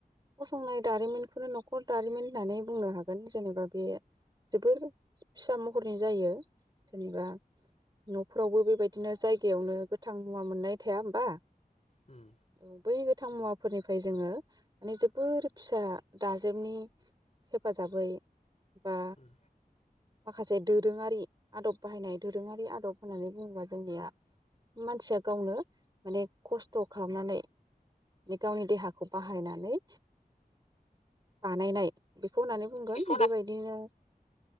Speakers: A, on the right; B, on the left.
A: फसंनाय दारिमिनखौनो न'खर दारिमिन होननानै बुंनो हागोन जेनेबा बे जोबोर फिसा महरनि जायो जेनेबा न'फोरावबो बेबायदिनो जायगायावनो गोथां मुवा मोननाय थाया होमबा
B: उम
A: औ बै गो थां मुवाफोरनिफ्राय जोङो माने जोबोर फिसा दाजेमनि हेफाजाबै बा
B: उम
A: मा खासे दोरोङारि आदब बाहायनाय दोरोङारि आदब होननानै बुङोबा जोंनिया मानसिया गावनो माने खस्थ' खालामनानै गावनि देहाखौ बाहायनानै बानायनाय बे फनानै बुंगोन
B: बेखौ ना
A: बेबायदिनो